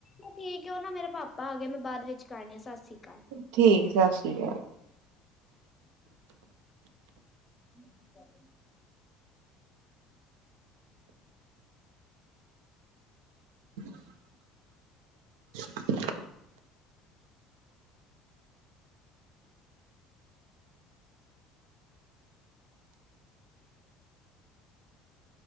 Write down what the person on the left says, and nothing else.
ਆ ਠੀਕ ਉਹ ਨਾ ਮੇਰੇ ਪਾਪਾ ਆਗੇ ਮੈਂ ਬਾਅਦ ਵਿੱਚ ਕਰਨੀ ਆ ਸਤਿ ਸ੍ਰੀ ਅਕਾਲ।
ਹੂੰ <inaudible>